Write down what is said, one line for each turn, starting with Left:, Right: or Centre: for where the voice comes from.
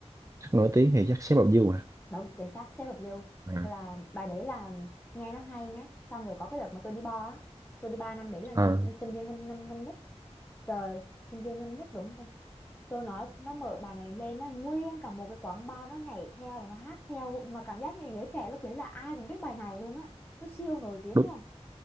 Right: chắc nổi tiếng thì chắc xếp vào view à
Left: Đúng, chính xác Shape of You
Right: à,
Left: là bài đấy là nghe nó hay nhé. Xong rồi có cái đợt mà tôi đi bar á, tôi đi bar năm đấy là năm
Right: à
Left: sinh sinh viên năm năm năm nhất. Trời, sinh viên năm nhất đúng ta. Tôi nói nó mở bài này lên nó nguyên cả một cái quán bar nó nhảy theo và nó hát theo mà cảm giác như giới trẻ lúc đấy là ai cũng biết bài này luôn á. Nó siêu nổi tiếng
Right: đúng,
Left: luôn.